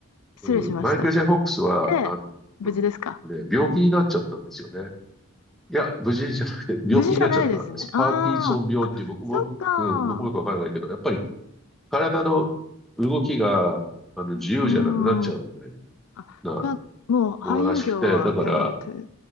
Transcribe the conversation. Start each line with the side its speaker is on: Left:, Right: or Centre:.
Left: 失礼しました。
Centre: うん。マイケル・ジェイ・フォックスは、
Left: ええ、
Centre: あの
Left: 無事ですか。
Centre: ね、病気になっちゃったんですよね。いや、無事じゃなくて、病気になっちゃったんです。
Left: 無事じゃないですね。ああ、
Centre: パーキンソン病っていう、
Left: あ、
Centre: 僕も、
Left: そっか。
Centre: うん、僕もよくわからないけど、やっぱり体の動きが、あの、自由じゃなくなっちゃうみたい
Left: うん。あ、
Centre: な
Left: じゃあ、もう俳優業はやられて、
Centre: ものらしくて、だから、